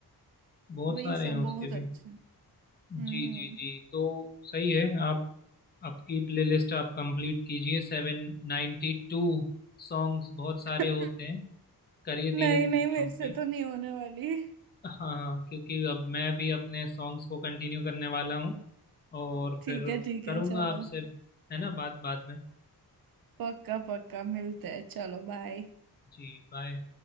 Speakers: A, on the left; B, on the right.
A: बहुत
B: वही
A: सारे
B: सब
A: हैं उसके
B: बहुत अच्छा
A: भी
B: हम्म
A: जी जी जी तो सही है आप आपकी प्लेलिस्ट आप कंप्लीट कीजिए सेवन नाइन्टी टू सॉन्ग्स बहुत सारे
B: <laughs>
A: होते हैं करिए धीरे
B: नहीं
A: धीरे
B: नहीं
A: कंप्लीट
B: मेरे से तो नहीं होने वाली
A: हाँ क्योंकि अब मैं भी अपने सॉन्ग्स को कंटिन्यू करने वाला हूँ और
B: ठीक
A: फिर
B: है ठीक
A: करूँगा
B: है चलो
A: आपसे है ना बात बाद में
B: पक्का पक्का मिलते हैं चलो बाय
A: जी बाय